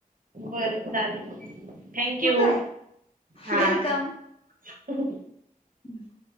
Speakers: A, on the right; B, on the left.
A: बरं चालेल थँंक
B: ठेवू
A: यू
B: काय
A: हा
B: वेलकम
A: ठेव.
B: <inaudible>